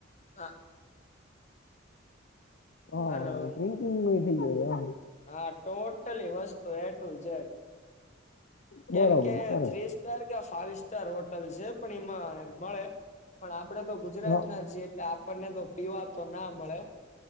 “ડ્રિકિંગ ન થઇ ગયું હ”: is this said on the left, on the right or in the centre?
Left